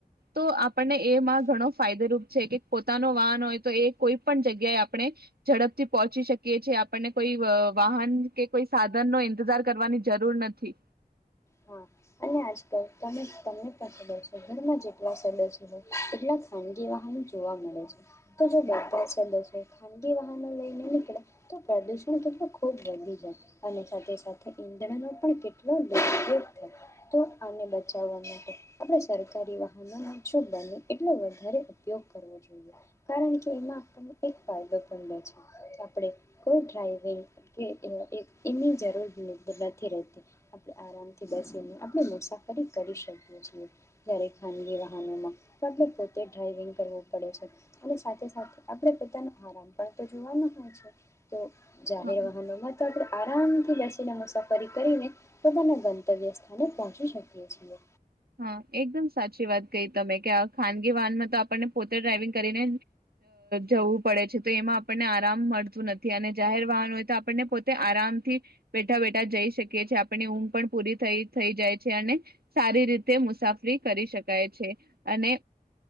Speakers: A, on the right; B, on the left.
A: તો આપણને એમાં ઘણો ફાયદોરૂપ છે કે પોતાનો વાહન હોય તો એ કોઈ પણ જગ્યાએ આપણે ઝડપથી પહોંચી શકીએ છીએ, આપણને કોઈ વાહન કે કોઈ સાધન નો ઈંતજાર કરવાની જરૂર નથી.
B: હા અને આજકલ તમે તમને પણ ખબર છે, ઘરમાં જેટલા સદસ્યો હોય એટલા ખાનગી વાહનો જોવા મળે છે, તો જો બધા સદસ્યો ખાનગી વાહનો લઈને નીકળે તો પ્રદૂષણ કેટલું ખૂબ વધી જાય, અને સાથે સાથે ઈંધણનો પણ કેટલો દુરયોગ થાય. તો આને બચાવવા માટે આપણે સરકારી વાહનોના <unintelligible> એટલે વધારે ઉપયોગ કરવો જોઈએ, કારણ કે એમાં આપણને એક ફાયદો પણ બહુ છે. આપણે કોઈ ડ્રાઈવિંગ કે એન એ એની જરૂર ન નથી રહેતી, આપણે આરામથી બેસીને આ આપણી મુસાફરી કરી શકીએ છીએ. દરેક ખાનગી વાહનોમાં તો આપણે પોતે ડ્રાઈવિંગ કરવું પડે છે અને સાથે સાથે આપણે પોતાનો આરામ પણ તો જોવાનું હોય છે. તો જાહેર
A: હા
B: વાહનોમાં તો આપણે આરામથી બેસીને મુસાફરી કરીને પોતાના ગંતવ્ય ને પહોંચી શકીએ છીએ.
A: હા એકદમ સાચી વાત કઈ તમે કે આ ખાનગી વાહનમાં તો આપણને પોતે ડ્રાાઈવિંગ કરીને જવું પડે છે તો એમાં આપણને આરામ મળતું નથી અને જાહેર વાહન હોય તો આપણને પોતે આરામથી બેઠા બેઠા જઈ શકીએીએ આપણની ઊંઘ પણ પૂરી થઈ થઈ જાય છે અને સારી રીતે તે મુસાફરી કરી શકાય છે અને